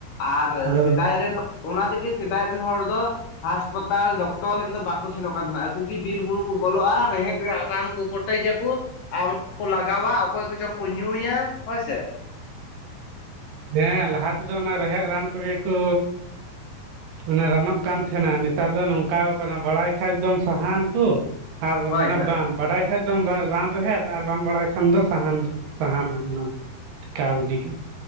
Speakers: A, on the left; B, on the right.
A: ᱟᱨ
B: ᱟᱫᱚ
A: ᱥᱮᱫᱟᱭ ᱨᱮᱱ ᱚᱱᱟ ᱛᱮᱜᱮ ᱥᱮᱫᱟᱭ ᱨᱮᱱ ᱦᱚᱲ ᱫᱚ ᱦᱟ ᱥᱯᱟᱛᱟᱞ ᱛᱟᱞ ᱰᱚᱠᱴᱚᱨ ᱴᱷᱮᱱ ᱫᱚ ᱵᱟᱠᱚ ᱥᱮᱱᱚᱜ ᱠᱟᱱ ᱛᱟᱦᱮᱱᱟ ᱟᱠᱩᱜᱮ ᱵᱤᱨ ᱵᱩᱨᱩ ᱠᱚ ᱵᱚᱞᱚᱜᱼᱟ ᱨᱮᱦᱮᱫ ᱨᱮᱭᱟᱜ ᱨᱟᱱ ᱠᱚ ᱠᱚᱴᱮᱡᱟᱠᱚ ᱟᱨ ᱚᱱᱟ ᱠᱚ ᱞᱟᱜᱟᱣᱟ ᱚᱠᱚᱭ ᱠᱚᱪᱚᱝ ᱠᱚ ᱧᱩᱭᱟ ᱦᱳᱭ ᱥᱮ
B: ᱦᱮᱸ ᱞᱟᱦᱟ ᱛᱮᱫᱚ ᱚᱱᱟ ᱨᱮᱦᱮᱫ ᱨᱟᱱ ᱠᱚᱜᱮ ᱠᱚ ᱢᱟᱱᱮ ᱨᱟᱱᱚᱜ ᱠᱟᱱ ᱛᱟᱦᱮᱱᱟ ᱱᱮᱛᱟᱨ ᱫᱚ ᱱᱚᱝᱠᱟ ᱠᱟᱱᱟ ᱵᱟᱲᱟᱭ ᱠᱷᱟᱡ ᱫᱚᱢ ᱥᱟᱦᱟᱱ ᱠᱚ ᱟᱨ
A: ᱦᱳᱭ
B: ᱢᱟᱱᱮ
A: ᱦᱳᱭ
B: ᱵᱟᱝ ᱵᱟᱰᱟᱭ ᱵᱟᱰᱟᱭ ᱠᱷᱟᱱ ᱫᱚᱢ ᱨᱟᱱ ᱨᱮᱦᱮᱫ ᱟᱨ ᱵᱟᱢ ᱵᱟᱲᱟᱭ ᱠᱷᱟᱱ ᱫᱚ ᱥᱟᱦᱟᱱ ᱥᱟᱦᱟᱱᱟᱢ ᱚᱱᱟ ᱴᱮᱠᱟᱣ ᱜᱤᱰᱤ ᱠᱟᱜ